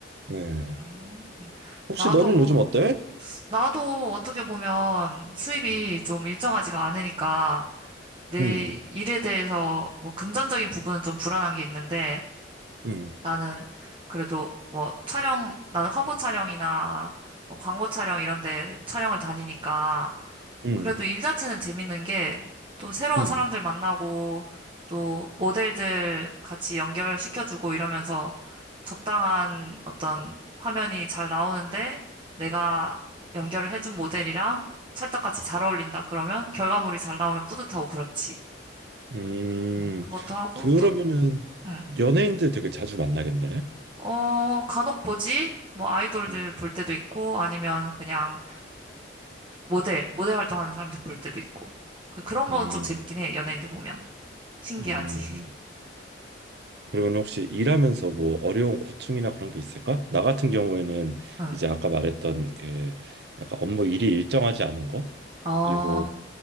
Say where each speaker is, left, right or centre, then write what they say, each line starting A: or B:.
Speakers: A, on the right (about 60°); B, on the right (about 25°).
A: 네.
B: 음, 음.
A: 혹시
B: 나도.
A: 너는 요즘 어때?
B: 나도 어떻게 보면 수입이 좀 일정하지가 않으니까 내
A: 음,
B: 일에 대해서 뭐 금전적인 부분은 좀 불안한 게 있는데
A: 음,
B: 나는 그래도 뭐 촬영, 나는 화보 촬영이나 뭐 광고 촬영 이런 데 촬영을 다니니까
A: 음,
B: 그래도 일 자체는 재밌는 게 또 새로운
A: 음,
B: 사람들 만나고 또 모델들 같이 연결시켜주고 이러면서 적당한 어떤 화면이 잘 나오는데 내가 연결을 해준 모델이랑 찰떡같이 잘 어울린다. 그러면 결과물이 잘 나오면 뿌듯하고 그렇지.
A: 음.
B: 음, 그것도 하고
A: 그러면은
B: 또, 음,
A: 연예인들 되게 자주 만나겠네.
B: 어, 간혹 보지? 뭐 아이돌들
A: 음,
B: 볼 때도 있고 아니면 그냥 모델, 모델 활동하는 사람들 볼 때도 있고. 그- 그런
A: 음,
B: 건 좀 재밌긴 해. 연예인들 보면. 신기하지.
A: 음. 그러면 혹시 일하면서 뭐 어려운 고충이나 그런 게 있을까? 나 같은 경우에는
B: 응.
A: 이제 아까 말했던 그 약간 업무 일이 일정하지 않은 거
B: 어,
A: 그리고